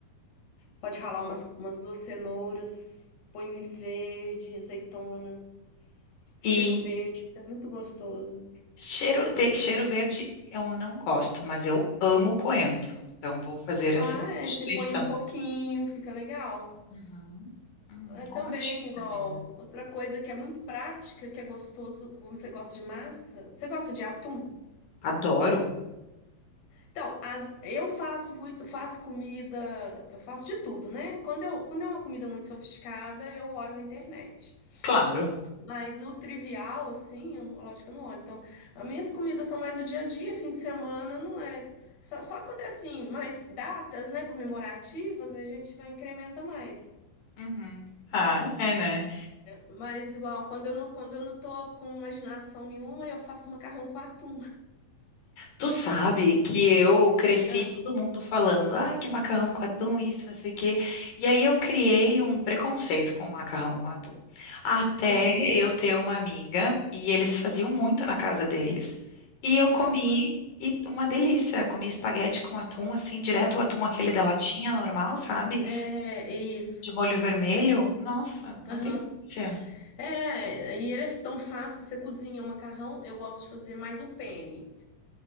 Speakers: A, on the left; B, on the left.
A: pode ralar umas, umas duas cenouras, põe um milho verde, azeitona, cheiro
B: E
A: verde, fica muito gostoso.
B: Cheiro, te- cheiro verde eu não gosto, mas eu amo coentro. Então vou fazer
A: Ah,
B: essa substituição.
A: é, você põe um pouquinho, fica legal.
B: Uhum. Hum,
A: É também
B: ótima
A: igual
B: ideia.
A: outra coisa que é muito prática, que é gostoso, como você gosta de massa. Você gosta de atum?
B: Adoro.
A: Então, as, eu faço, mui- faço comida, eu faço de tudo, né? Quando, eu, quando é uma comida muito sofisticada, eu olho na internet.
B: Claro.
A: Mas o trivial, assim, eu, não- lógico que eu não olho. Então, as minhas comidas são mais do dia a dia, fim de semana, não é. Só, só quando é assim, mais datas, né, comemorativas, a gente vai incrementa mais.
B: Uhum. Ah, é, né?
A: Mas igual, quando eu não, quando eu não tô com imaginação nenhuma, eu faço macarrão com atum.
B: Tu sabe que eu cresci
A: Amo,
B: todo mundo falando, ai, que macarrão com atum, isso, não sei o quê. E aí eu criei um preconceito com macarrão com atum. Até
A: amo.
B: eu ter uma amiga, e eles faziam muito na casa deles. E eu comi,
A: Aham.
B: e uma delícia. Comi espaguete com atum, assim, direto o atum, aquele da latinha normal, sabe?
A: É, é isso.
B: De molho vermelho. Nossa, uma
A: Aham.
B: delícia.
A: É, e ele é tão fácil. Você cozinha o macarrão, eu gosto de fazer mais o penne.